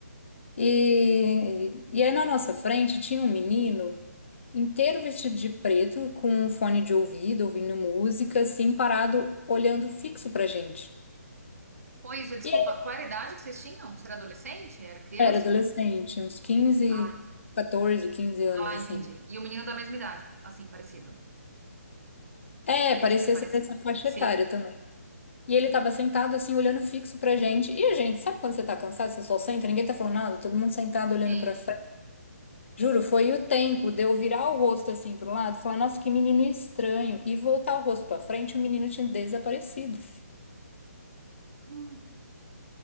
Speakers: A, on the left (about 50°); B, on the right (about 65°).
A: E, e aí na nossa frente tinha um menino inteiro vestido de preto, com um fone de ouvido, ouvindo música, assim, parado, olhando fixo pra gente.
B: Pois é, desculpa,
A: E eu
B: qual era a idade que vocês tinham? Você era adolescente? Era criança?
A: era adolescente,
B: Como que-
A: uns quinze
B: Ah,
A: 14, quinze anos,
B: ah,
A: assim.
B: entendi. E o menino da mesma idade, assim, parecido.
A: É,
B: Esse
A: parecia
B: que é parecido.
A: ser dessa faixa
B: Sim,
A: etária também. E ele tava sentado, assim, olhando fixo pra gente. E a gente, sabe quando você tá cansado, você só senta, ninguém tá falando nada, todo mundo sentado olhando
B: sim.
A: pra frente. Juro, foi o tempo de eu virar o rosto assim pro lado, falar, nossa, que menino estranho, e voltar o rosto pra frente, o menino tinha desaparecido.
B: Hum,